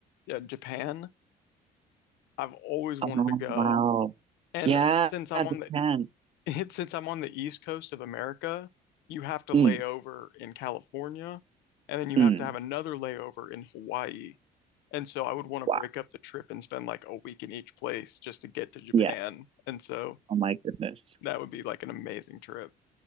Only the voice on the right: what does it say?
Oh,
wow.
Yeah,
Japan.
Mm,
mm.
Wow.
Yeah.
Oh my goodness.